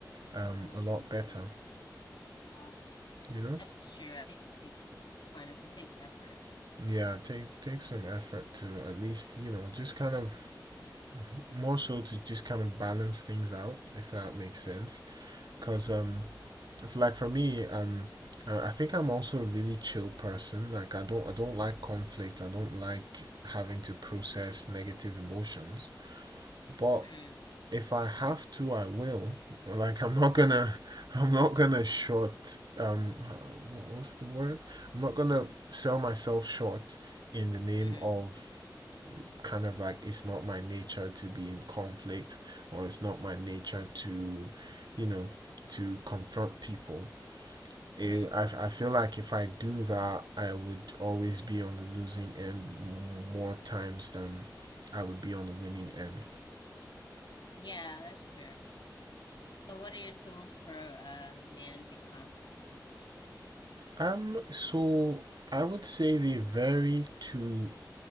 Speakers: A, on the right; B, on the left.
A: um,
B: Okay.
A: a lot better,
B: Uh,
A: you know?
B: That's true. I think it takes quite a, it takes effort.
A: Yeah, take take some effort to at least, you know, just kind of more so to just kind of balance things out, if that makes sense. Because um, if like for me um uh, I think I'm also a really chill person like I don't I don't like conflict I don't like having to process negative emotions but
B: Mm,
A: if I have to I will like I'm not gonna <laughs> I'm not gonna short um what's the word I'm not gonna sell myself short in the name
B: hmm
A: of kind of like it's not my nature to be in conflict or it's not my nature to you know to confront people
B: hmm
A: it, I, I feel like if I do that, I would always be on the losing end more times than I would be on the winning end.
B: Yeah, that's true. So what are your tools for um managing conflict in a relationship?
A: Um, so I would say they vary to